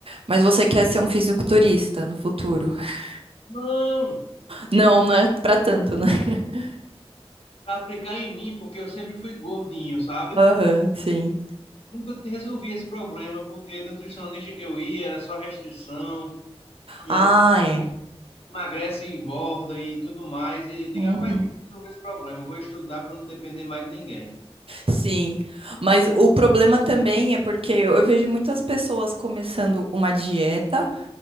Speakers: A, on the right; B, on the left.
A: mas você quer ser um fisiculturista no futuro? <laughs>
B: Não,
A: Não, não é pra tanto, né? <laughs>
B: para aplicar em mim, porque eu sempre fui gordinho, sabe?
A: Aham, sim.
B: Nunca resolvi esse problema, porque nutricionista que eu ia era só restrição, e
A: Ah,
B: aí
A: é.
B: emagrece e engorda e tudo mais. E eu digo,
A: Uhum.
B: rapaz, tem que resolver esse problema. Eu vou estudar para não depender mais de ninguém.
A: Sim, mas o problema também é porque eu vejo muitas pessoas começando uma dieta